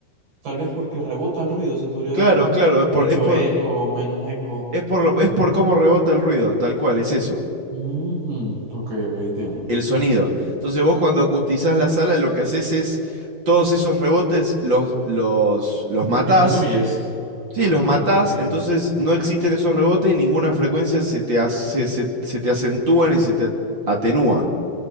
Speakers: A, on the right (about 60°); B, on the right (about 30°).
A: Tal vez porque rebota el ruido, se podría
B: Claro,
A: decir.
B: claro, es por,
A: Mucho
B: es por,
A: eco, menos eco.
B: es por, lo- es por cómo rebota el ruido, tal cual, es eso.
A: Ujú. Ok, ok, entiendo.
B: el sonido. Entonces vos cuando acustizás la sala lo que haces es todos esos rebotes los, los, los matás.
A: Disminuyes.
B: Sí,
A: Ah,
B: los matás,
A: ok.
B: entonces no existen esos rebotes y ninguna frecuencia se te, hace, se, se te acentúa ni se te atenúa.